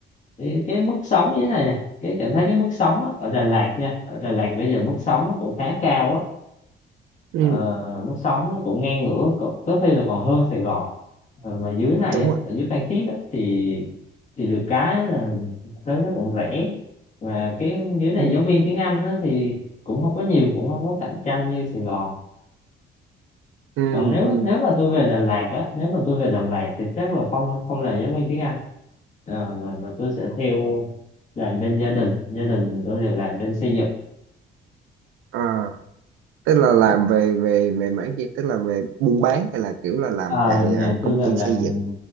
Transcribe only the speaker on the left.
cái, cái mức sống như thế này này cái cảm thấy cái mức sống á, ở Đà Lạt nha ở Đà Lạt bây giờ mức sống nó cũng khá cao á
ờ, mức sống nó cũng ngang ngửa có, có khi là còn hơn Sài Gòn Ờ, mà dưới này
á,
ở dưới Phan Thiết á, thì thì được cái là thế nó cũng rẻ và cái dưới này
giáo viên tiếng Anh á, thì cũng không có nhiều cũng không có cạnh tranh như Sài Gòn
còn nếu
nếu mà tôi về Đà Lạt á nếu mà tôi về Đà Lạt thì chắc là không không là giáo viên tiếng Anh Ờ, mà, mà tôi sẽ theo làm bên gia đình gia đình tôi thì làm bên xây dựng
Ờ,
nhà
tôi
là
làm